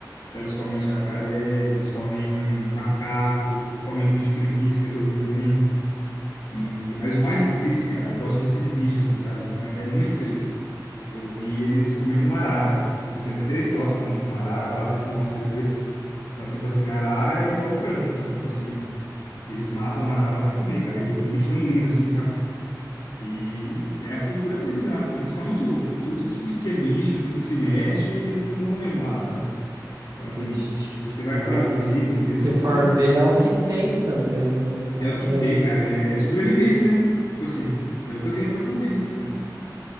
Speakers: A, on the left; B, on the right.
A: Então, eles comem jacaré, eles comem macaco, comem bicho preguiça, que eu vi também. E, mas o mais triste, cara, eu gosto muito de bicho, assim, sabe? Então é, é muito triste. Eu vi eles comendo arara. Tipo assim, até tirei foto com, com arara lá, até te mostro depois. Mas, tipo assim, arara é igual frango. Então, tipo assim, eles matam arara pra comer, cara. E é um bicho tão lindo assim, sabe? E é a cultura deles lá. Então, eles comem tudo. Tudo que, que é bicho, tudo que se mexe, eles estão comendo lá, sabe? Então,
B: Triste.
A: assim, se você vai
B: Mas
A: pra tribo mesmo,
B: se for
A: você.
B: ver, é o que tem também, né? Não dá
A: É o
B: pra.
A: que tem, cara. É, é sobrevivência, né? Tipo assim, é o que eu tenho pra comer. Então.